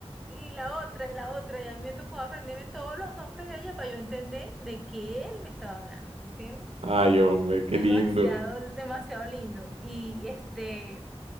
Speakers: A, in the centre; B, on the right.
A: y la otra, y la otra. Y a mí me tocó aprenderme todos los nombres de ella para yo entender de qué él me estaba hablando, ¿entiendes?
B: Ay, hombre,
A: Demasiado,
B: qué lindo.
A: demasiado lindo. Y este.